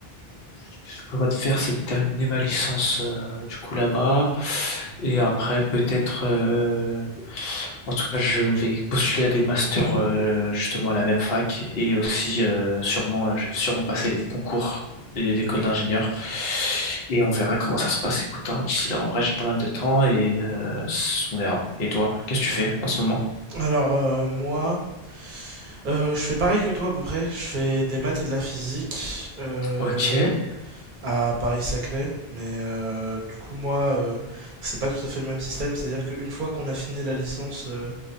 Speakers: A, on the left (about 65°); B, on the right (about 55°).
A: ce que je prévois de faire, c'est de terminer ma licence euh, du coup là-bas. Et après, peut-être, euh, en tout cas, je vais postuler à des masters euh, justement à la même fac et aussi euh, sûrement, euh, je vais sûrement passer les concours des écoles d'ingénieurs. Et on verra comment ça se passe. Écoute, hein, d'ici là, en vrai, j'ai pas mal de temps et euh, on verra. Et toi, qu'est-ce que tu fais en ce moment?
B: Alors euh, moi, euh, je fais pareil que toi à peu près. Je fais des maths et de la physique euh,
A: Ok,
B: à Paris-Saclay. Mais euh, du coup, moi, euh, c'est pas tout à fait le même système. C'est-à-dire qu'une fois qu'on a fini la licence... euh,